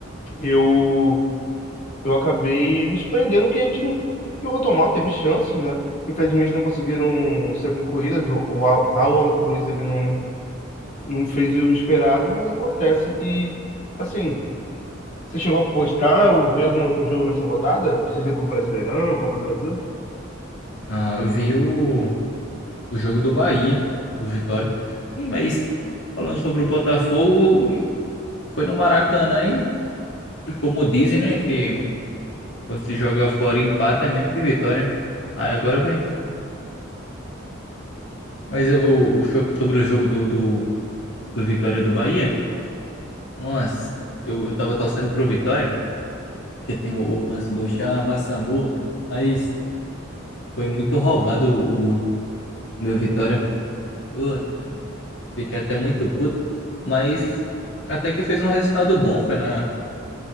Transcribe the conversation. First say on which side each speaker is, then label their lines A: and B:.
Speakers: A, on the left (about 40°); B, on the left (about 60°).
A: eu, eu acabei me surpreendendo que a gente não, que o Rotomal teve chances, né? Infelizmente não conseguiram ser concluídas. O, o Ra- Raul Cruz ele não não fez o esperado, mas acontece. E, assim, você chegou a postar ou ver algum outro jogo nessa rodada? Seja do Brasileirão, Copa do Brasil?
B: Ah, eu vi o, o jogo do Bahia, do Vitória. Sim, mas falando sobre o Botafogo, foi no Maracanã e, e como dizem, né, que quando se joga fora e empata é mesmo que vitória. Aí agora vai. Mas eu- o, o cho- sobre o jogo do, do, do Vitória do Bahia, nossa, eu, eu tava torcendo pro Vitória, que tem o, o lance do Chama Sambu, mas. Foi muito roubado o, o meu Vitória. Puta, merda. Fiquei até muito puto. Mas até que fez um resultado bom. Foi na,